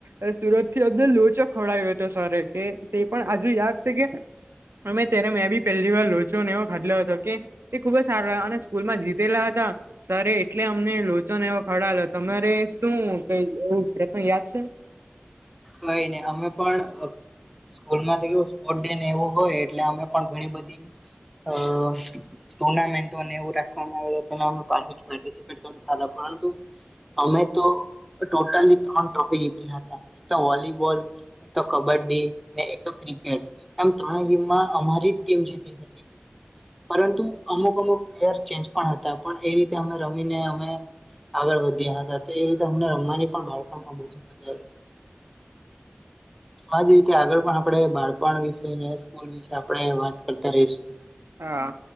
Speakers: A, on the right; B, in the centre.
A: અ સુરત થી અને લોચો ખવડાય્યો હતો સર કે તે પણ આજુ યાદ છે કે અને ત્યારે મેં બી પહેલી વાર લોચો એવો ફાદલો હતો કે તે ખુબ જ સારો અને સ્કૂલ માં જીતેલા હતા સર એટલે અમને લોચોને એવો ખડલો તમારે શું કઈ એવું પ્રકરણ યાદ છે
B: નહીં નહી અમે પણ સ્કૂલમાં તો કે સ્પોર્ટ ડેને એવું હોય એટલે અમે પણ ઘણી બધી અ ટુર્નામેન્ટોને એવું રાખવામાં આવેલુ હતુ અને અમે પાર્ટીસીપન્ટ કરિયું પરંતુ અમે તો ટોટલી ત્રણ ટ્રોફી જીત્યા હતા એક તો વોલીબોલ એક તો કબડ્ડી એક તો ક્રિકેટ એમ ત્રણે ગીમમાં અમારી ટીમ જીતી હતી પરંતુ અમુક અમુક પ્લેયર ચેન્જ પણ હતા પણ એ રીતે અમે રમીને અમે આગળ વધ્યા હતા તો એ રીતે અમને રમવાની પણ બાળપણમાં બહુ જ મજા તો આજ રીતે આગળ પણ આપણે બાળપણ વિશે સ્કૂલ વિશે આપણે વાત કરતા રહીશું
A: હા